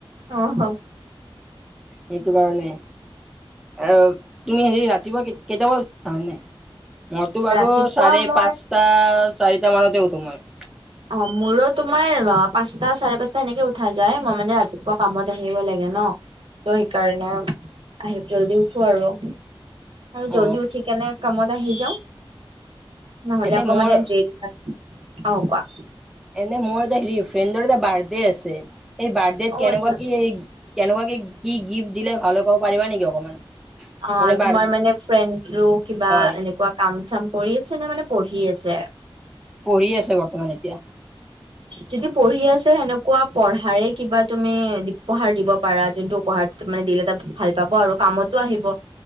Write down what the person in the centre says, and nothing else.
সেইটো কাৰণে আৰু তুমি হেৰি ৰাতিপুৱা কেইটা বজাত নে মইতো বাৰু
চাৰে
পাঁচটা চাৰিটা মানতে উঠো মই
অ',
এনে
মোৰ
এনে মোৰ এটা হেৰি ফ্ৰেণ্ডৰ এটা বাৰ্থডে আছে সেই বাৰ্থডত
কেনেকুৱা
কি কেনেকুৱাকে কি গিফ্ট দিলে ভালে পাব পাৰিবা নেকি অকমান
মানে বাৰ
হয়
পঢ়ি আছে বৰ্তমান এতিয়া